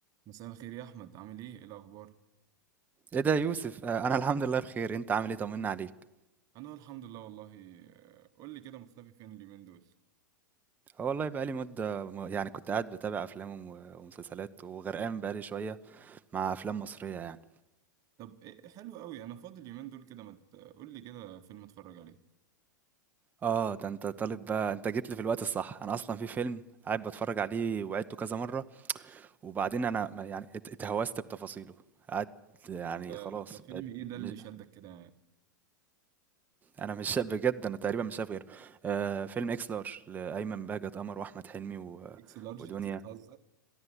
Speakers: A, on the right (about 35°); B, on the right (about 15°).
A: مساء الخير يا احمد عامل ايه إيه الاخبار
B: ايه ده يا يوسف آه، انا الحمد لله بخير انت عامل ايه طمنا عليك
A: انا الحمد لله والله آه، قول لي كده مختفي فين اليومين دول
B: اه والله بقالي مدة م- يعني كنت قاعد بتابع افلام و- ومسلسلات وغرقان بقالي شوية مع افلام مصرية يعني
A: طب إيه إيه، حلو قوي انا فاضي اليومين دول كده ما مت... قول لي كده فيلم اتفرج عليه
B: اه ده انت طالب بقى انت جيت لي في الوقت الصح انا اصلا في فيلم قاعد بتفرج عليه وعدته كذا مرة وبعدين انا ما- يعني ات- اتهوست بتفاصيله قعدت يعني
A: آه،
B: خلاص
A: ده فيلم
B: بقيت
A: ايه ده اللي
B: مش
A: شدك كده
B: انا مش شا- بجد انا تقريبا مش شايف غيره آه فيلم اكس لارج لايمن بهجت قمر واحمد حلمي و...
A: اكس لارج
B: ودنيا
A: انت بتهزر